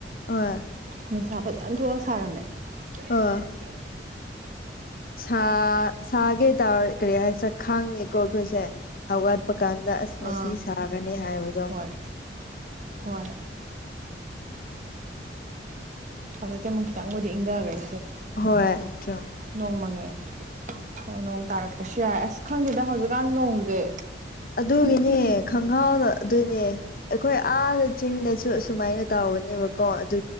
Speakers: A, on the left; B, on the right.
A: ꯑꯣꯏ
B: ꯅꯨꯡꯁꯥ ꯐꯖꯅ ꯊꯣꯛꯑ ꯁꯥꯔꯝꯃꯦ
A: ꯑꯥ
B: <unintelligible>
A: ꯁꯥ ꯁꯥꯒꯦ <unintelligible> ꯀꯔꯤ ꯍꯥꯏꯁꯤꯔꯥ ꯈꯪꯉꯦꯀꯣ ꯑꯩꯈꯣꯏꯁꯦ ꯍꯧꯒꯠꯄ ꯀꯥꯟꯗ ꯑꯁ ꯉꯁꯤ
B: ꯑꯥ
A: ꯁꯥꯒꯅꯤ ꯍꯥꯏꯕꯗꯣ
B: ꯍꯣꯏ ꯍꯣꯏ ꯍꯧꯖꯤꯛꯇꯤ ꯑꯃꯨꯛ ꯈꯤꯇꯪꯕꯨꯗꯤ ꯏꯪꯗꯒ꯭ꯔꯦ
A: ꯍꯣꯏ <unintelligible>
B: ꯅꯣꯡ ꯃꯪꯉꯦ ꯑꯗ ꯅꯣꯡ ꯇꯥꯔꯛꯄꯁꯨ ꯌꯥꯏ ꯑꯁ ꯈꯪꯗꯦꯗ ꯍꯧꯖꯤꯛꯀꯥꯟ ꯅꯣꯡꯖꯦ
A: ꯑꯗꯨꯒꯤꯅꯦ ꯈꯪꯍꯥꯎꯗ ꯑꯗꯨꯅꯦ ꯑꯩꯈꯣꯏ ꯑꯥꯗ ꯆꯤꯡꯗꯁꯨ ꯑꯁꯨꯃꯥꯏꯅ ꯇꯥꯎꯕꯅꯦꯕꯀꯣ ꯑꯗꯨ